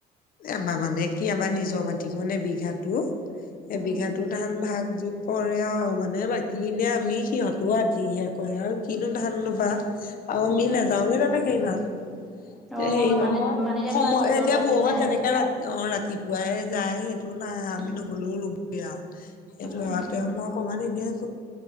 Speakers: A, on the left; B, in the centre.
A: আমা মানে কি আমাৰ নিজৰ মাটি মানে বিঘাটো এ
B: উম
A: বিঘাটো ধান ভাগ যোগ কৰে আৰু মানে বাকী ইনে আমি সিহঁতো আধিহে কৰে আৰু কিনো ধান
B: উম
A: ৰুবা আৰু আমি
B: উম
A: নাযাওগে তেনেক ইমান।
B: অ
A: এ হেৰি নহয়
B: মানে মানে এতিয়া
A: সময়
B: ধৰা নিজৰ
A: এতিয়া
B: বেছি
A: বয়সত
B: নাই
A: যেনেকে। অহ ৰাতিপুৱাই যায় সেইটো নাই আমি
B: উম
A: নগ'লেও ৰোৱ। <unintelligible> সেইটো
B: উম
A: লৰ মোক অকমান এনে